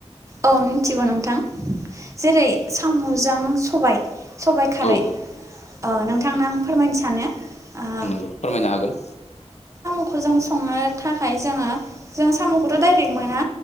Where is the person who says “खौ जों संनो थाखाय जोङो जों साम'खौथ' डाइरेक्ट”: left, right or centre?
Right